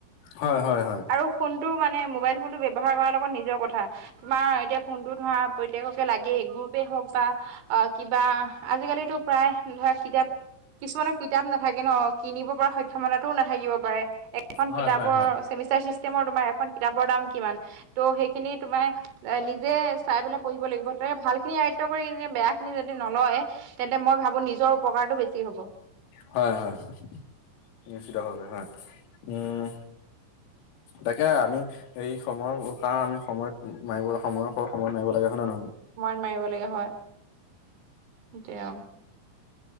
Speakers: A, on the left; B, on the right.
A: হয় হয় হয়
B: আৰু ফোনটো মানে মোবাইল ফোনটো ব্যৱহাৰ কৰাৰ লগত নিজৰ কথা তোমাৰ এতিয়া ফোনটো ধৰা প্ৰত্যেককেই লাগেই গ্ৰুপে হওক বা অ কিবা আজিকালিতো প্ৰায় ধৰা কিতাপ কিছুমানৰ কিতাপ নাথাকে ন কিনিব পৰা সক্ষমতাটোও নাথাকিব পাৰে এখন
A: হয়
B: কিতাপৰ
A: হয় হয় হয়
B: ছেমিছ ষ্টৰ চিষ্টেমৰ তোমাৰ এখন কিতাপৰ দাম কিমান ত সেইখিনি তোমাৰ নিজে চাই পেলাই পঢ়িব লাগিব তাকে ভাল খিনি আয়ত্ব কৰি নিজে বেয়া খিনি যদি নলয় তেন্তে মই ভাবো নিজৰ উপকাৰটো বেছি হ'ব
A: হয় হয় হয় নিশ্চয়ভাবে হয় উম তাকে আমি এই সময়ৰ কাঁড় আমি সময়ত মাৰিব সময়ৰ সৰ সময়ত মাৰিব লাগে হয় না নহয়
B: সময়ত মাৰিব লাগে হয় সেইটোৱেই আও